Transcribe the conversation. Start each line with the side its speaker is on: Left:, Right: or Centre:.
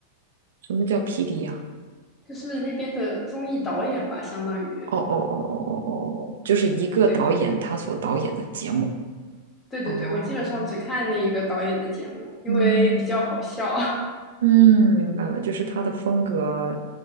Right: 什么叫 PD 呀、
Left: <laughs> 就是那边的综艺导演吧，相当于。
Right: 哦哦哦哦哦哦，哦，就是一个导演他所导演的节目。
Left: 对对对对，
Right: 哦，
Left: 我基本上只看那一个导演的节目，因为比较好笑。
Right: 嗯
Left: <laughs>
Right: 嗯，明白了，就是他的风格